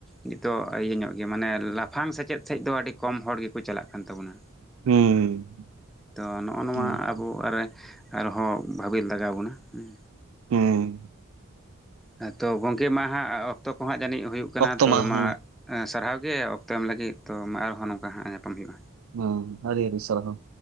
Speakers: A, in the centre; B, on the right.
A: ᱱᱤᱛᱚᱜ ᱤᱭᱟᱹ ᱧᱚᱜ ᱜᱮ ᱢᱟᱱᱮ ᱞᱟᱯᱷᱟᱝ ᱥᱮᱪᱮᱫ ᱥᱮᱫ ᱫᱚ ᱟᱹᱰᱤ ᱠᱚᱢ ᱦᱚᱲ ᱜᱮᱠᱚ ᱪᱟᱞᱟᱜ ᱠᱟᱱ ᱛᱟᱵᱚᱱᱟ᱾
B: ᱦᱩᱸ
A: ᱛᱚ ᱱᱚᱜᱼᱚ ᱱᱚᱣᱟ
B: ᱦᱩᱸ
A: ᱟᱵᱚᱜ ᱟᱨᱮ ᱟᱨᱦᱚᱸ ᱵᱷᱟᱵᱮᱞ ᱫᱟᱜᱟᱣ ᱵᱚᱱᱟ ᱦᱩᱸ
B: ᱦᱩᱸᱻ᱾
A: ᱦᱮᱸ ᱛᱚ ᱜᱚᱝᱠᱮ ᱢᱟ ᱦᱟᱸᱜ ᱚᱠᱛᱚ ᱠᱚ ᱦᱟᱸᱜ ᱡᱟᱹᱱᱤᱡ ᱦᱩᱭᱩᱜ ᱠᱟᱱᱟ,
B: ᱚᱠᱛᱚ
A: ᱛᱚ ᱢᱟ
B: ᱦᱮᱸ
A: ᱮᱸ ᱥᱟᱨᱦᱟᱣ ᱜᱮ ᱚᱠᱛᱚ ᱮᱢ ᱞᱟᱹᱜᱤᱫ ᱛᱚ ᱢᱟ ᱟᱨᱦᱚᱸ ᱱᱚᱝᱠᱟ ᱦᱟᱸᱜ ᱧᱟᱯᱟᱢ ᱦᱩᱭᱩᱜᱼᱟ᱾
B: ᱦᱩᱸ ᱟᱹᱰᱤ ᱟᱹᱰᱤ ᱥᱟᱨᱦᱟᱣ᱾